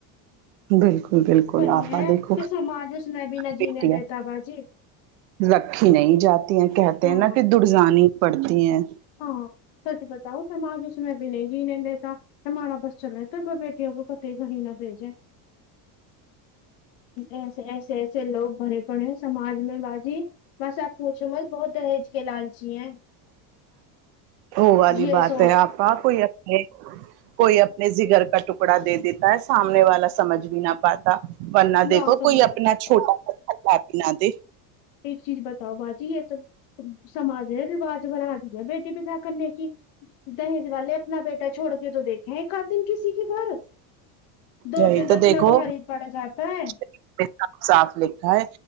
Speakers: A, on the right; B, on the left.
A: بالکل بالکل
B: پر یہ
A: آپا
B: ہے
A: دیکھو
B: کہ سماج اس میں بھی نہ جینے
A: بیٹیاں
B: دیتا باجی
A: رکھی نہیں جاتی ہیں کہتے
B: ہاں
A: ہیں نا کہ د جانی پڑتی ہے
B: ہاں ہاں سچ بتاؤ سماج اس میں بھی نہیں جینے دیتا ہمارا بس چلے ہے تو بیٹیوں ختیی کہاہے نہ بھیجے ایسے ایسے ایسے لوگ بھرے پڑے سماج میں باجی بس آب پوچھوں مت بہت دھج کے لالچی ہیں
A: وہ والی
B: یہ
A: بات
B: سوچ
A: ہے آپا کوئی اپنے کوئی اپنے جگر کا ٹکڑا دے دیتا ہے سامنے والا سمجھ بھی نہ پاتا ورنا دیکھو
B: نہ سمجھ
A: کوئی اپنا
B: پاتا
A: چھوٹا <unintelligible> نہ دے
B: ایک چیز بتاؤ باجی یہ تو سماج نے رواج بنا دی ہے بیٹی بدا کرنے کی دہیج والے اپنا بیٹا چھوڑ کے تو دیکھے ایک اد دن کسی کے گھر دو
A: یہی
B: دن
A: تو
B: رکھنا
A: دیکھو
B: بھاری پڑ جاتا ہے
A: صاف صاف لکھا ہے